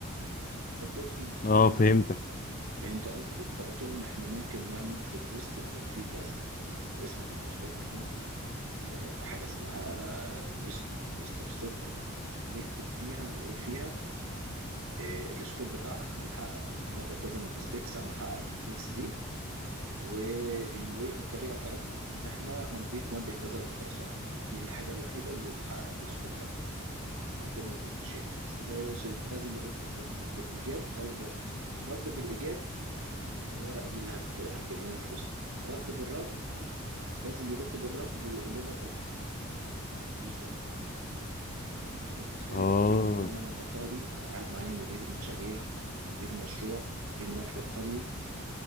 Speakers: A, on the right; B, on the left.
A: اديتهم قلت
B: اه
A: لهم
B: فهمتك
A: إنها- فهمت قصدي فقلت لهم إحنا ممكن نعمل ريكويست نقول فيه كذا واسم الريكويست قلته لهم آه، حاجه اسمها ميثود اوف ميثود اوف ستيتمنت نكتب فيها نقول فيها آه، السكوب بتاعنا احنا نحقق الماده كذا من السبيكس او نحقق السبيكس دي والطريقه بتاعتنا ان احنا هنضيف ماده كذا للخرسانه دي الحاجه الوحيده اللي تحقق السكوب ده ونقدمه للاستشاري الاستشاري لازم يرد بال- بالايجاب او الرفض رد بالايجاب الورقه دي اللي هت- هتجيب لنا فلوسنا رد بالرفض لازم يرد بالرفض ويقول لنا بديل مفيش بديل انت متخيل
B: اه
A: الكلمه اللي انا نطقتها دي انا قاعد معايا مدير مشاريع ومدير مشروع ومدير مكتب فني